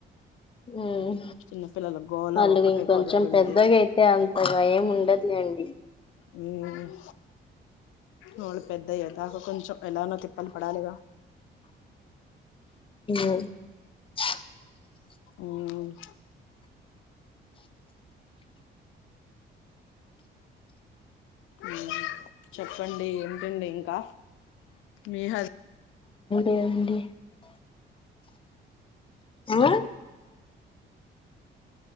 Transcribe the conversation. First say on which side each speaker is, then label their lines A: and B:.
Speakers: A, on the left; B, on the left.
A: ఉమ్
B: చిన్న పిల్లల గోళ
A: వాళ్ళు
B: ఒకటే
A: ఇంకొంచెం
B: గోళ వీళ్ళది
A: పెద్దగ అయితే అంతగా ఏం ఉండదు. యండి
B: ఉమ్ వాళ్ళు పెద్దయ్యదా కొంచెం ఎలానో తిప్పలు పడాలిగా
A: హు
B: ఉమ్ ఉమ్ చెప్పండి ఏంటండి ఇంకా మీ హజ్
A: అండి ఆ